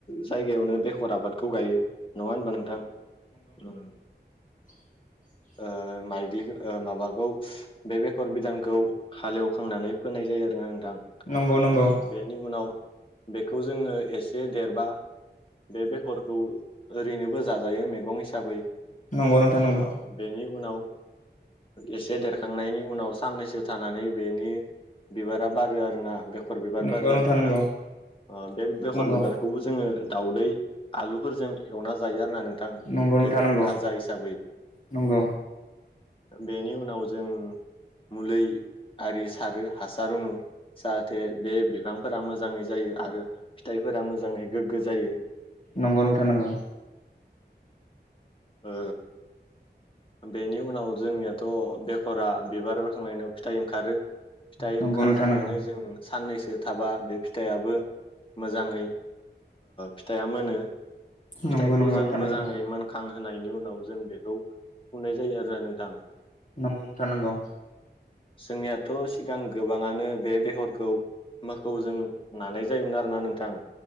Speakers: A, on the left; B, on the left.
A: जायगायावनो बे खर आबादखौ गायो नङा होमबा नोंथां ओम।
B: <inaudible>
A: ओ माइग्लि माबाखौ बे बेखर बिदानखौ हालेवखांनानै फोनाय जायो आरोना नों थां
B: नंगौ नंगौ
A: बेनि उनाव बेखौ जोङो एसे देरबा बे बेखरखौ ओरैनोबो जाजायो मैगं हिसा बै
B: नंगौ नोंथां नंगौ
A: औ बेनि उनाव एसे देरखांनायनि उनाव साननैसो थानानै बेनि बिबारा बारो आरो ना बेखर बिबार
B: नंगौ
A: बारो
B: नंगौ
A: आरो नोंथां
B: नंगौ
A: बे बेखर
B: नंगौ
A: बिबारखौबो जों जोङो दाउदै आलुफोरजों एवना जायो आरो ना नों थां
B: नंगौ नोंथां
A: इज
B: नंगौ
A: भाजा हिसाबै
B: नंगौ
A: बेनि उनाव जों मुलै आरि सारो हासार रुनु जाहाथे बे बिफांफोरा मोजाङै जायो आरो फिथाइफोरा मोजाङै गोग्गो जायो।
B: नंगौ नोंथां नंगौ।
A: ओ बेनि उनाव जोंनियाथ' बेख'रा बिबार बाराखांनायनि उनाव फिथाइ ओंखारो। फिथाइ
B: नंगौ
A: ओंखारखांनानै
B: नोंथां नंगौ
A: जों साननैसो थाबा बे फिथाइयाबो मोजाङै फिथाइया मोनो।
B: नंगौ
A: फिथाइखौ
B: नंगौ नोंथां
A: जों
B: नंगौ
A: मोजाङै मोन होनायनि उनाव जों बेखौ फुनाय जायो आरोना नोंथां।
B: नंगौ नोंथां नोंगौ।
A: जोंनियाथ' सिगां गोबाङानो बे बेगरखौ मोखौजों नानाय जोयोमोन आरोना नोंथां